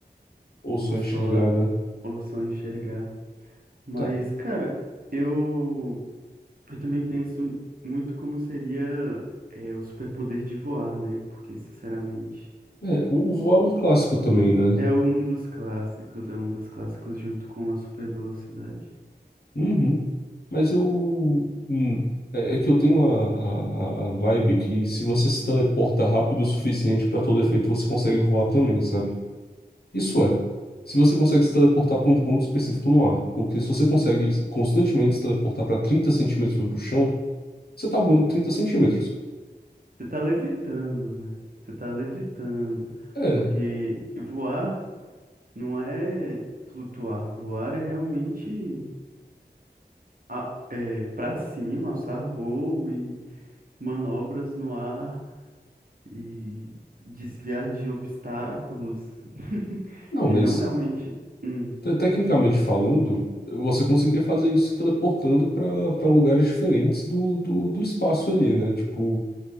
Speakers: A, on the left; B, on the right.
A: Ou só
B: ou só,
A: enxergar,
B: a-
A: né?
B: ou só enxergar. Mas,
A: Tá.
B: cara, eu, eu também penso muito como seria é, o superpoder de voar, né? Porque, sinceramente,
A: É, o Vô é um clássico também, né?
B: é um dos clássicos, é um dos clássicos junto com a super velocidade.
A: Uhum. Mas eu. hum, é, é que eu tenho a, a, a a vibe que se você se teleporta rápido o suficiente para todo efeito, você consegue voar também, sabe? Isso é. Se você consegue se teleportar para um ponto específico no ar. Porque se você consegue constantemente se teleportar para trinta centímetros do chão, você tá voando 30 centímetros.
B: Você tá levitando, né? Você tá levitando.
A: É.
B: Porque voar. Não é flutuar, voar é realmente a- é, para cima, alçar voo e manobras no ar e desviar de obstáculos. <laughs>
A: Não, mas
B: E não realmente. Hum,
A: te- tecnicamente falando, você conseguiria fazer isso se teleportando para para lugares diferentes do, do, do espaço ali, né? Tipo.